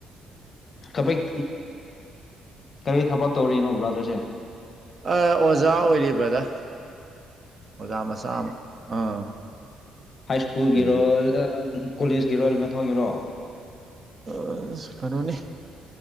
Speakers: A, on the left; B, on the right.
A: ꯀꯕꯤꯛ ꯀꯔꯤ ꯊꯕꯛ ꯇꯧꯔꯤꯅꯣ ꯕ꯭ꯔꯥꯗ꯭ꯔꯁꯦ
B: ꯑꯣꯖꯥ ꯑꯣꯏꯔꯤ ꯕ꯭ꯔꯥꯗꯔ ꯑꯣꯖꯥ ꯃꯆꯥ ꯑꯃ ꯑꯥ
A: ꯍꯥꯏ ꯁ꯭ꯀꯨꯜꯒꯤꯔꯣ
B: ꯁ꯭ꯀꯨꯜꯒꯤ
A: ꯀꯣꯂꯦꯖꯀꯤꯔꯣ ꯑꯦꯂꯕꯦꯟꯍꯣꯏꯒꯤꯔꯣ
B: ꯑꯣ ꯀꯩꯅꯣꯅꯤ